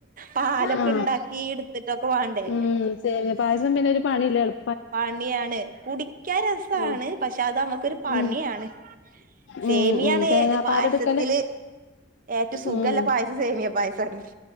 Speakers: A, on the right; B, on the left.
A: പാലൊക്കെ
B: ആ
A: ഉണ്ടാക്കി എടുത്തിട്ടൊക്കെ വേണ്ടേ
B: മൂ സെമിയ പായസം പിന്നെ ഒരു പണിയില്ലല്ലോ
A: പണിയാണ് കുടിക്കാൻ സുഖാണ്
B: ഉം
A: പക്ഷെ അത് നമ്മുക്കൊരു പണിയാണ്.
B: ഉം ഉം
A: സേമിയാണ്
B: ഉം തേങ്ങാപ്പാലെടുക്കല്
A: പായസത്തില് ഏറ്റവും സുഖല്ല
B: ഉം
A: പായസം സേമിയ പായസാണ്.